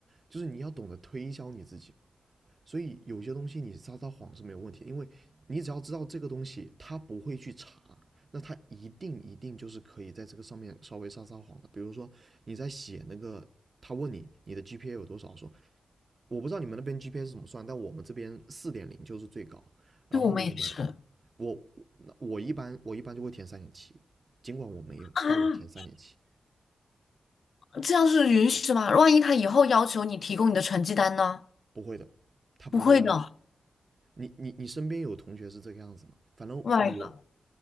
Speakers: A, on the right; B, on the left.
A: 就是你要懂得推销你自己。所以有些东西你撒撒谎是没有问题因为你只要知道这个东西他不会去查，那他一定一定就是可以在这个上面稍微撒撒谎的。比如说你在写那个，他问你你的 GPA 有多少，说我不知道你们那边 GPA 是怎么算，但我们这边四点零就是最高，然后我们
B: 对我们也是
A: 我那我一般我一般就会填三点七，尽管我没有，
B: 啊，
A: 但我填三点七，
B: 这样是允许的吗？万一他以后要求你提供你的成绩单呢？
A: 不会的，他不会要
B: 不会的
A: 你你你身边有同学是这个样子吗？反正我
B: ，my g